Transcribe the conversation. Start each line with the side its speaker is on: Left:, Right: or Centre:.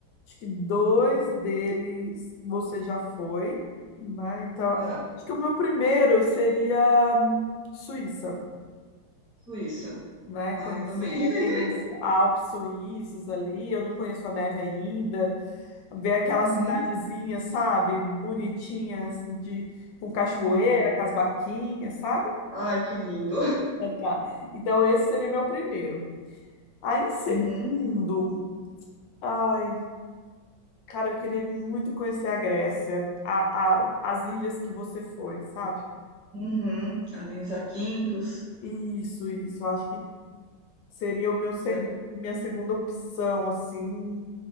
Left: acho que dois deles você já foi, né? Então, acho
Right: é,
Left: que o meu primeiro seria hum, Suíça,
Right: Suíça.
Left: né?
Right: Ah,
Left: Conhecer
Right: eu também. <laughs>
Left: aqueles Alpes suíços ali, eu não conheço a neve ainda, ver aquelas
Right: Uhum,
Left: cidadezinhas, sabe? Bonitinhas, de, com cachoeira,
Right: sim.
Left: com as vaquinhas, sabe?
Right: Ai, que lindo.
Left: É, Tá. Então, esse seria meu primeiro. Aí, em segundo,
Right: Uhum,
Left: ai, cara, eu queria muito conhecer a Grécia, a, a- as ilhas que você foi, sabe?
Right: uhum. Alenza Quintos.
Left: Isso, isso. Eu Acho que seria o meu segu-
Right: É
Left: minha segunda opção, assim.